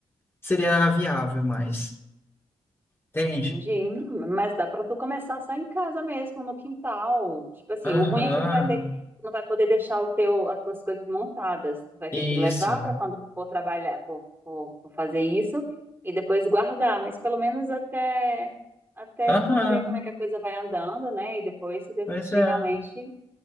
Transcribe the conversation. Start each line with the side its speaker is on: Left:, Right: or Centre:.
Left: seria viável mais. Entende?
Right: Entendi. Não, Mas dá pra tu começar só em casa mesmo, no quintal. Tipo assim,
Left: Aham,
Right: o ruim é que tu vai ter que, tu não vai poder deixar o teu, as tuas coisas montadas. Tu vai
Left: isso.
Right: ter que levar pra quando for trabalhar, for, for, for fazer isso e depois guardar. Mas pelo menos até até
Left: Aham,
Right: tu ver como é que a coisa vai andando, né? E depois se decidir
Left: pois é.
Right: realmente